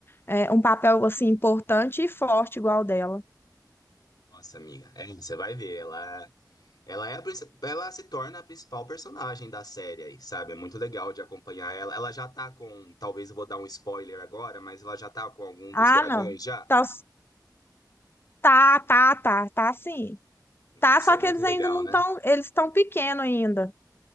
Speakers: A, on the left; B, on the left.
A: é, um papel assim importante e forte igual dela.
B: nossa amiga, é, você vai ver, ela, ela é a, princi- ela se torna a principal personagem da série aí, sabe? É muito legal de acompanhar ela. Ela já tá com, talvez eu vou dar um spoiler agora, mas ela já tá com algum
A: Ah,
B: dos dragões
A: não.
B: já?
A: tá tá, tá, tá, tá sim.
B: Nossa,
A: Tá, só
B: é muito
A: que eles
B: legal,
A: ainda não
B: né?
A: estão, eles estão pequenos ainda.